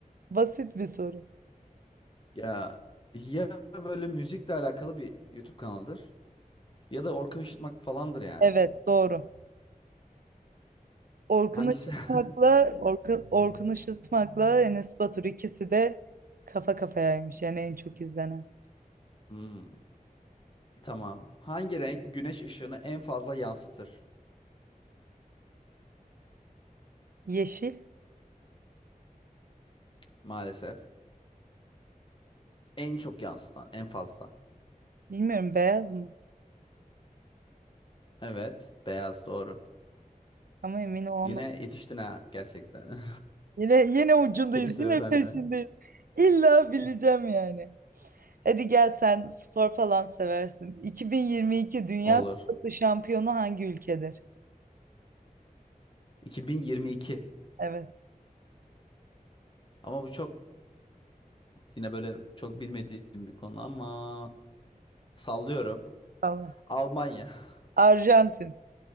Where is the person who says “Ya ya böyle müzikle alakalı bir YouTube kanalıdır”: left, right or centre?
Left